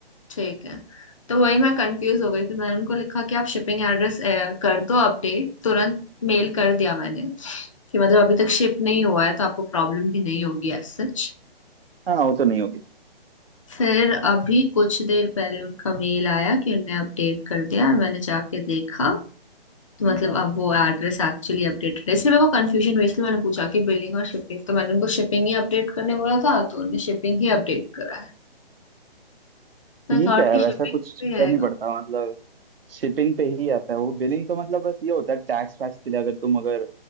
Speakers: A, on the left (about 35°); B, on the right (about 70°).
A: ठीक है तो वही मैं कंफ्यूज हो गई फिर मैंने उनको लिखा कि आप शिपिंग एड्रेस कर दो अपडेट तुरंत मेल कर दिया मैंने कि मतलब अभी तक शिप नहीं हुआ है तो आपको प्रॉब्लम भी नहीं होगी एज सच
B: हाँ वो तो नहीं होगी
A: फिर अभी कुछ देर पहले उनका मेल आया कि उनने अपडेट कर दिया और मैंने जाके देखा तो मतलब अब वो एड्रेस एक्चुअली अपडेटेड है इसलिए मेरे को कंफ्यूजन हुई इसलिए मैंने पूछा कि बिलिंग और शिपिंग तो मैंने उनको शिपिंग ही अपडेट करने बोला था तो उन्होंने शिपिंग ही अपडेट करा है मैं
B: ठीक
A: थॉट
B: है
A: कि
B: वैसा
A: शिपिंग
B: कुछ
A: भी
B: कर
A: आएगा
B: नहीं पड़ता मतलब शिपिंग पे ही आता है वो बिलिंग तो मतलब बस ये होता है टैक्स वैक्स के लिए अगर तुम अगर